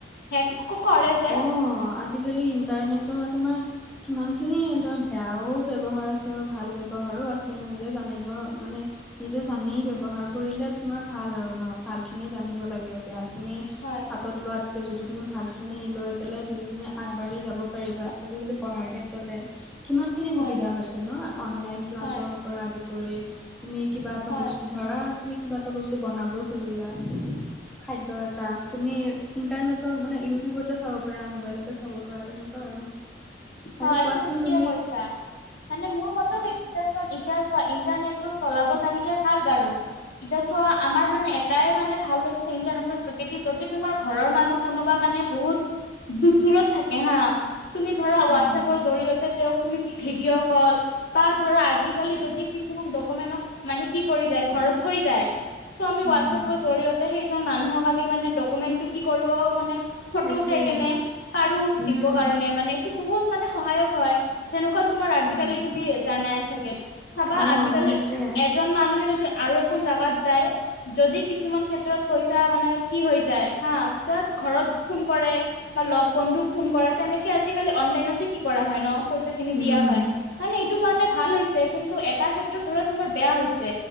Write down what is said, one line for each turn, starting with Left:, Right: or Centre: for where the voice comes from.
Left: হেক কৰে
Centre: অ'
Left: যে।
Centre: আজিকালি ইণ্টাৰনেটৰ তোমাৰ। সমানখিনি ধৰা বেয়াও ব্যৱহাৰ আছে আৰু ভাল ব্যৱহাৰো আছে। নিজে জানিব মানে- নিজে জানি ব্যৱহাৰ কৰিলে তোমাৰ ভাল আৰু ন' ভালখিনি জানিব লাগে, বেয়াখিনি-
Left: হয়।
Centre: হাতত লোৱাতকে যদি তুমি ভাল খিনি লৈ পেলাই যদি তুমি আগবাঢ়ি যাব পাৰিবা, আজিকালি পঢ়াৰ ক্ষেত্ৰতে কিমান- খিনি সুবিধা
Left: হয়,
Centre: হৈছে ন', অনলাইন ক্লাছৰপৰা
Left: হয়,
Centre: আদি কৰি তুমি কিবা এটা
Left: হয়,
Centre: বস্তু ধৰা তুমি কিবা এটা বস্তু বনাবই খুজিলা, খাদ্য এটা তুমি ইণ্টাৰনেটৰ মানে ইউটিউবতে চাব পাৰা, মোবাইলতে চাব পাৰা তেনেকুৱা আৰু। আৰু
Left: হয়,
Centre: কোৱাচোন
Left: এইটো ঠিকেই
Centre: তুমি
Left: কৈছা, মানে মোৰ মত সেইটো তেচোন এতিয়া চোৱা ইণ্টাৰনেটটো চলাব জানিলে ভাল বাৰু। এতিয়া চোৱা আমাৰ মানে এটাই মানে ভাল হৈছে ইণ্টাৰনেটৰ যোগেদি যদি তোমাৰ ঘৰৰ মানুহ কোনোবা মানে বহুত দূৰ-দূৰত থাকে হা? তুমি ধৰা
Centre: উম
Left: হোৱাটছএপৰ জৰিয়তে তেওঁক তুমি ভিডিঅ' কল বা ধৰ আজিকালি যদি কিছুমান ডকুমেন্টত মানে কি কৰি যায়, ঘৰত থৈ যায় ত' আমি হোৱাটছএপৰ
Centre: উম
Left: জৰিয়তে সেইজন মানুহক আমি মানে ডকুমেন্টো কি কৰিব মানে ফটো
Centre: সেইটোৱে
Left: উঠাই কেনে, পাৰো
Centre: উম
Left: দিব কাৰণে, মানে এইটো বহুত মানে সহায়ক হয়, যেনেকুৱা তোমাৰ আজিকালি
Centre: উম
Left: তুমি জানাই চাগে চাবা
Centre: অ
Left: আজিকালি
Centre: সেইটোৱে
Left: এজন মানুহে যদি আৰু এখন জাগাত যায় যদি কিছুমান ক্ষেত্ৰত পইচা মানে কি হৈ যায় হা, তেতিয়া ঘৰত ফোন কৰে। বা লগ বন্ধুক ফোন কৰে তেনেকে আজি কালি অনলাইনতে কি কৰা হয় ন' পইচাখিনি
Centre: উম
Left: দিয়া হয় মানে। টো কাৰণে ভাল হৈছে কিন্তু এটা ক্ষেত্ৰত ধৰা তোমাৰ বেয়া হৈছে।